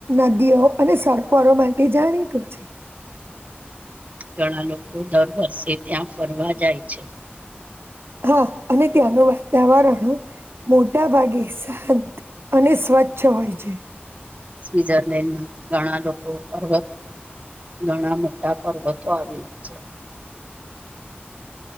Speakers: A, on the right; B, on the right.
A: નદીઓ અને સરોવરો માટે જાણી હતું <inaudible>
B: ઘણા લોકો દર વર્ષે ત્યાં ફરવા જાય છે.
A: હા અને ત્યાંનું વાતાવરણ મોટા ભાગે શાંત અને સ્વ સ્વચ્છ હોય છે.
B: સ્વિઝરલેન્ડમાં ઘણા લોકો પર્વત ઘણા મોટા પર્વતો આવેલા છે.